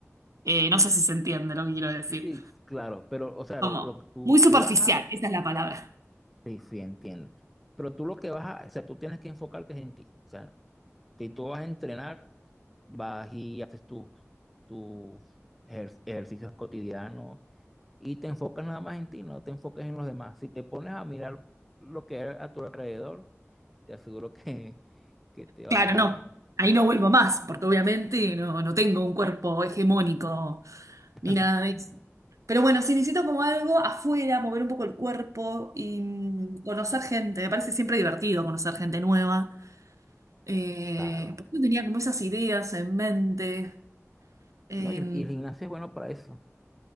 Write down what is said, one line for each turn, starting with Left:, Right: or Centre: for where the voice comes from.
Right: eh, no sé si se entiende lo que quiero decir.
Centre: Sí, sí, claro, pero, o sea,
Right: Como
Centre: lo que tú,
Right: muy superficial,
Centre: tú vas a,
Right: esa es la palabra.
Centre: sí, sí, entiendo. Pero tú lo que vas a, o sea, tú tienes que enfocarte en ti. O sea, si tú vas a entrenar, vas y haces tus tus ejer- ejercicios cotidianos y te enfocas nada más en ti, no te enfocas en los demás. Si te pones a mirar lo que hay a tu alrededor, te aseguro que, que te va...
Right: Claro, no. Ahí no vuelvo más, porque obviamente no, no tengo un cuerpo hegemónico
Centre: <laughs>
Right: ni nada de eso. Pero bueno, sí necesito como algo afuera, mover un poco el cuerpo y mm, conocer gente. Me parece siempre divertido conocer gente nueva. Eh,
Centre: Claro.
Right: porque yo tenía como esas ideas en mente. Eh,
Centre: No, y, y el gimnasio es bueno para eso.